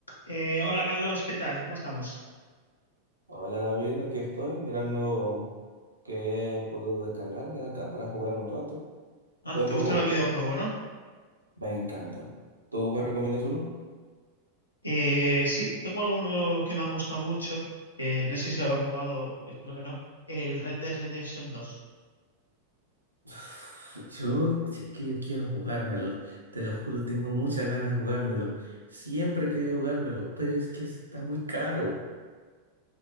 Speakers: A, on the left (about 80°); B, on the right (about 80°).
A: Eh, hola Carlos, ¿qué tal? ¿Cómo estamos?
B: Hola David, aquí estoy mirando qué puedo descargarme de acá para jugar un rato.
A: Ah,
B: Estoy un
A: ¿te
B: poco
A: gustan
B: aburrido,
A: los videojuegos, no?
B: me encanta. ¿Tú me recomiendas uno?
A: Eh, sí, tengo algunos que me han gustado mucho. eh, no sé si lo he jugado, espero que no. El Red Dead Redemption dos.
B: <laughs> Yo, que que yo quiero jugármelo, te lo juro, tengo muchas ganas de jugármelo. Siempre quería jugármelo, pero es que está muy caro.